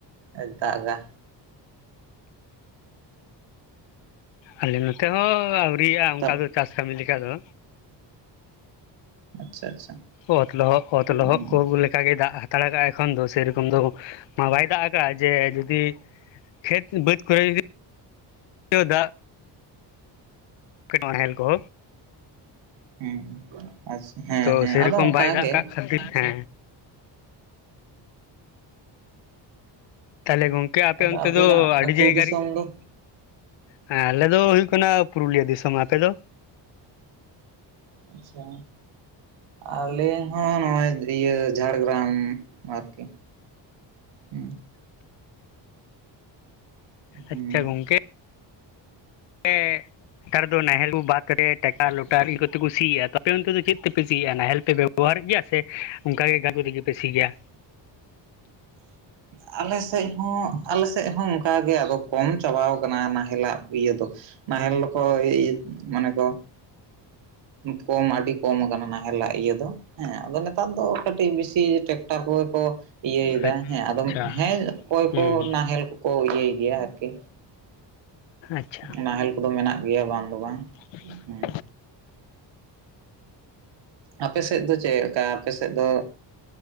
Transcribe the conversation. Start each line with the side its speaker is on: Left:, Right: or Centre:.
Right: ᱮ ᱫᱟᱜ-ᱟ
Left: ᱟᱞᱮ ᱱᱚᱛᱮ ᱦᱚᱸ ᱟᱹᱣᱨᱤᱭᱜᱼᱟ ᱚᱱᱠᱟ
Right: ᱛᱚ
Left: ᱫᱚ ᱪᱟᱥ ᱠᱟᱹᱢᱤ ᱞᱮᱠᱟ ᱫᱚ᱾
Right: ᱟᱪᱪᱷᱟ ᱟᱪᱪᱷᱟ
Left: ᱚᱛ ᱞᱚᱦᱚᱫ ᱚᱛ
Right: ᱦᱩᱸ
Left: ᱞᱚᱦᱚᱫ ᱠᱚ <inaudible> ᱞᱮᱠᱟ ᱜᱮ ᱫᱟᱜ ᱟᱲᱟᱜ ᱟᱭ ᱮᱠᱷᱚᱱ ᱫᱚ ᱥᱮᱨᱚᱠᱚᱢ ᱫᱚ ᱢᱟ ᱵᱟᱭ ᱫᱟᱜ ᱟᱠᱟᱜᱼᱟ ᱡᱮ ᱡᱩᱫᱤ ᱠᱷᱮᱛ ᱵᱟᱹᱫᱽ ᱠᱚᱨᱮ <inaudible> ᱫᱟᱜ ᱱᱟᱦᱮᱞ ᱠᱚ
Right: ᱦᱩᱸ ᱟᱪᱪᱷᱟ ᱦᱮᱸ
Left: ᱛᱚ
Right: ᱦᱮᱸ
Left: ᱥᱮᱨᱚᱠᱚᱢ
Right: ᱟᱫᱚ ᱚᱱᱠᱟ
Left: ᱵᱟᱭ ᱫᱟᱜ
Right: ᱜᱮ
Left: ᱠᱟᱜ ᱠᱷᱟᱹᱛᱤᱨ
Right: ᱟᱪᱪᱷᱟ
Left: ᱛᱮ ᱛᱟᱦᱞᱮ ᱜᱚᱝᱠᱮ ᱟᱯᱮ
Right: ᱛᱟᱦᱚᱞᱮ
Left: ᱚᱱᱛᱮ
Right: ᱟᱵᱤᱱᱟᱜ
Left: ᱫᱚ ᱟᱹᱰᱤ
Right: ᱟᱹᱛᱩ
Left: ᱡᱟᱭᱜᱟ
Right: ᱫᱤᱥᱚᱢ
Left: ᱨᱮ
Right: ᱫᱚ
Left: ᱦᱮᱸ ᱟᱞᱮ ᱫᱚ ᱦᱩᱭᱩᱜ ᱠᱟᱱᱟ, ᱯᱩᱨᱩᱞᱤᱭᱟᱹ ᱫᱤᱥᱚᱢ᱾ ᱟᱯᱮ ᱫᱚ?
Right: ᱟᱪᱪᱷᱟ ᱟᱞᱮ ᱦᱚᱸ ᱱᱚᱜᱼᱚᱭ ᱤᱭᱟᱹ ᱡᱷᱟᱲᱜᱨᱟᱢ ᱟᱨᱠᱤ ᱦᱮᱸ ᱦᱩᱸ
Left: ᱟᱪᱪᱷᱟ ᱜᱚᱝᱠᱮ ᱮ ᱚᱠᱟ ᱨᱮᱫᱚ ᱱᱟᱦᱮᱞ ᱠᱚ ᱵᱟᱫᱽ ᱠᱟᱛᱮ ᱴᱟᱠᱴᱟᱨ ᱞᱚᱴᱟᱨᱤ ᱠᱚᱛᱮ ᱠᱚ ᱥᱤᱭᱮᱫᱼᱟ ᱛᱚ ᱟᱯᱮ ᱚᱱᱛᱮ ᱫᱚ ᱪᱮᱫ ᱛᱮᱯᱮ ᱥᱤ ᱭᱟ ᱱᱟᱦᱮᱞ ᱯᱮ ᱵᱮ ᱵᱮᱵᱚᱦᱟᱨᱮᱫ ᱜᱮᱭᱟ ᱥᱮ ᱚᱱᱠᱟᱜᱮ ᱠᱟᱢᱤ ᱞᱟᱹᱜᱤᱫ ᱯᱮ ᱥᱤ ᱜᱮᱭᱟ?
Right: ᱟᱞᱮ ᱥᱮᱫ ᱦᱚᱸ ᱟᱞᱮ ᱥᱮᱫ ᱦᱚᱸ ᱚᱱᱠᱟ ᱜᱮ ᱟᱫᱚ ᱠᱚᱢ ᱪᱟᱵᱟᱣ ᱠᱟᱱᱟ ᱱᱟᱦᱮᱞᱟᱜ᱾ ᱤᱭᱟᱹ ᱫᱚ ᱱᱟᱦᱮᱞ ᱫᱚ ᱠᱚ ᱢᱟᱱᱮ ᱠᱚ ᱠᱚᱢ ᱟᱹᱰᱤ ᱠᱚᱢ ᱠᱟᱱᱟ ᱱᱟᱦᱮᱞᱟᱜ ᱤᱭᱟᱹ ᱫᱚ᱾ ᱦᱮᱸ ᱟᱫᱚ ᱱᱮᱛᱟᱨ ᱫᱚ ᱠᱟᱹᱴᱤᱡ ᱵᱮᱥᱤ ᱴᱨᱟᱠᱴᱟᱨ ᱠᱚᱜᱮ ᱠᱚᱼᱼ ᱦᱮᱸ
Left: ᱟᱪᱪᱷᱟ
Right: ᱟᱫᱚᱢ ᱦᱮᱸ ᱚᱠᱚᱭ
Left: ᱦᱩᱸ
Right: ᱠᱚ ᱱᱟᱦᱮᱞ ᱠᱚᱠᱚ ᱤᱭᱟᱹᱭ ᱜᱮᱭᱟ ᱟᱨᱠᱤ
Left: ᱟᱪᱪᱷᱟ
Right: ᱱᱟᱦᱮᱞ ᱠᱚᱫᱚ ᱢᱮᱱᱟᱜ ᱜᱮᱭᱟ ᱵᱟᱝ ᱫᱚ ᱵᱟᱝ
Left: <inaudible>
Right: ᱦᱮᱸ ᱟᱯᱮ ᱥᱮᱫ ᱫᱚ ᱪᱮᱫᱠᱟ ᱟᱯᱮ ᱥᱮᱫ ᱫᱚ